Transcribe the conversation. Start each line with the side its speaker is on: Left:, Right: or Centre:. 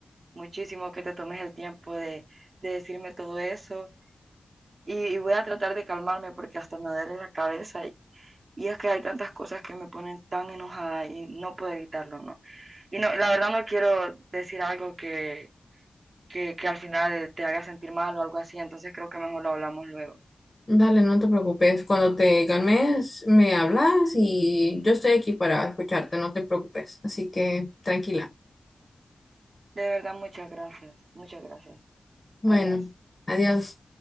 Right: muchísimo que te tomes el tiempo de, de decirme todo eso y, y voy a tratar de calmarme porque hasta me duele la cabeza y, y es que hay tantas cosas que me ponen tan enojada y no puedo evitarlo, ¿no? Y no, la verdad no quiero decir algo que, que, que al final te haga sentir mal o algo así, entonces creo que mejor lo hablamos luego.
Left: Dale, no te preocupes. Cuando te calmes, me hablas y yo estoy aquí para escucharte, no te preocupes. Así que tranquila.
Right: De verdad, muchas gracias, muchas gracias.
Left: Bueno,
Right: Adiós.
Left: adiós.